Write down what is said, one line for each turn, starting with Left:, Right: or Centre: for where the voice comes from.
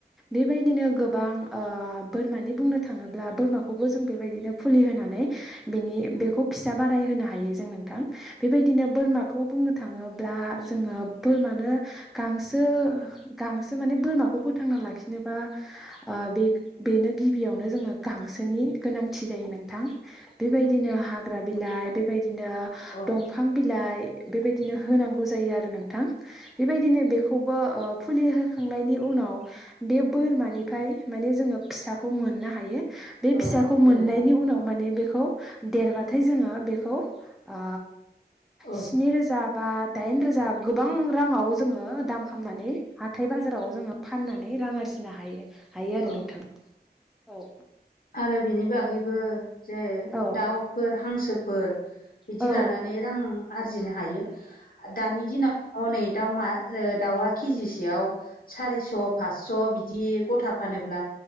Centre: बेबायदिनो गोब बां ओ बोरमानि बुंनो थाङोब्ला बोरमाखौबो जों बेबायदिनो फुलि होनानै बिनि बेखौ फिसा बाराय होनो हायो जों नोंथां बेबायदिनो बोरमा खौ बुंनो थाङोब्ला जोङो बोरमानो गांसो गांसो माने बोरमाखौ फोथांना लाखिनोबा ओ बे बेनो गिबियावनो जोङो गांसोनि गोनांथि जायो नों थां बेबायनो हाग्रा बिलाइ बेबादिनो
Left: औ
Centre: दंफां बि लाइ बेबादिनो होनांगौ जायो आरो नोंथां बेबायदिनो बेखौ बो ओ फुलि होखांनायनि उनाव बे बोरमानि ओमफ्राय माने जोङो फिसाखौ मोननो हायो
Left: औ
Centre: बे फिसाखौ मोननायनि
Left: औ नोंथां
Centre: उनाव माने बे खौ देरबाथाय जोङो बेखौ ओ
Left: औ
Centre: स्नि रोजा बा दाइन रोजा गोबां राङाव जोङो दाम खामनानै हाथाय बाजाराव जोङो फाननानै रां आरजिनो हायो। हायो आरो
Left: औ
Centre: नोंथा औ
Left: ओ बिनि बागैबो जे
Centre: औ
Left: दावफोर हां सोफोर बिदि
Centre: औ
Left: लानानै रां आरजिनो हायो दानि दिनावथ' नै दाउमा ओ दाउआ केजिसेयाव सारिस' फासस' बिदि गथा फानोब्ला